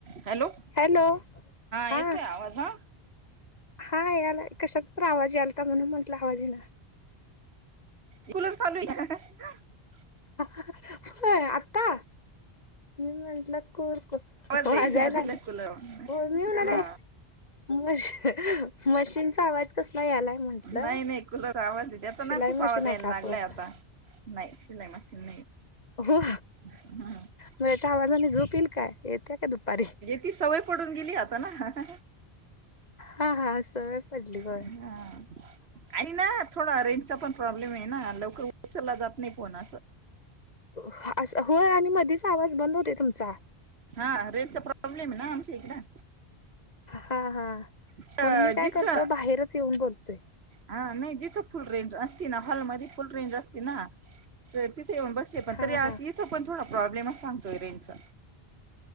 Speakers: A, on the right; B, on the left.
A: Hello.
B: Hello हा.
A: येतोय आवाज हा
B: हा याला कशाच तर आवाज यालता म्हणून म्हटलं आवाज येईना.
A: कुलर चालूये <unintelligible>
B: होय आता मी म्हंटलं को हो
A: आवाज आहे
B: वाजाय
A: मधील
B: लागलाय
A: कूलर
B: हो मी म्हणालोय
A: हा
B: <unintelligible> मशीनचा आवाज कसला यालाय म्हंटलं.
A: नाही नाही कुलरचा आवाज याचा ना
B: शिलाई
A: खूप
B: मशीन
A: आवाज
B: आहे
A: यायला
B: का
A: लागलाय
B: असं वाटलं
A: आता. नाही शिलाई मशीन नाही.
B: हो
A: हम्म
B: म याच्या आवाजाने झोप येईल काय येत्या का दुपारी?
A: ती सवय पडून गेली आता ना, हा हा!
B: हा हा सवय पडली हो!
A: हा, आई न. थोडा रेंजचा पण प्रॉब्लेम हाय ना लवकर उचलला जात नाही फोनाच
B: हो, अस होय आणि मधीच आवाज बंद होतोय तुमचा.
A: हा रेंजचा प्रॉब्लेम आहे ना आमच्या इकडं.
B: हा हा
A: इकडं
B: मग मी काय
A: जिथं
B: करतोय बाहेरच येऊन बोलतोय
A: हा नाही जिथं फुल रेंज असती ना हॉल मध्ये फुल रेंज असती ना तर तिथे येऊन बसते
B: हा
A: पण तरी
B: हा
A: आत इथ इथं पण थोडा प्रॉब्लेम सांगतोय रेंजचा.